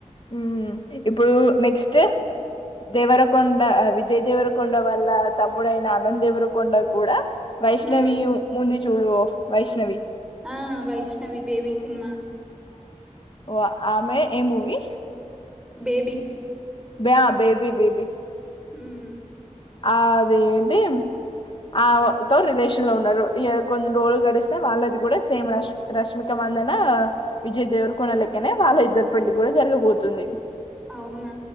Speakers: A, on the left (about 40°); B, in the centre.
A: హ్మ్ ఇప్పుడు నెక్స్ట్ దేవరకొండ విజయదేవర కొండ వల్ల తమ్ముడైన ఆనంద దేవరి కొండ కూడా వైష్ణవి
B: హ్మ్.
A: ఉం ది జూడు వైష్ణవి
B: ఆ వైష్ణవి బేబీ సినిమా
A: ఓ ఆమె ఏ మూవీ
B: బేబీ
A: బా బేబీ బేబీ
B: హ్మ్.
A: అది ఏంటి ఆ తో రిలేషన్ లో ఉన్నారు ఇ కొన్ని రోల్లు గడిస్తే వాళ్ళది కూడా సేమ్ రష్ రష్మిక మందన విజయ్ దేవర్ కొన లెక్కనే వాళ్ళ ఇద్దరు పెళ్లి కూడా జరగబోతుంది.
B: అవున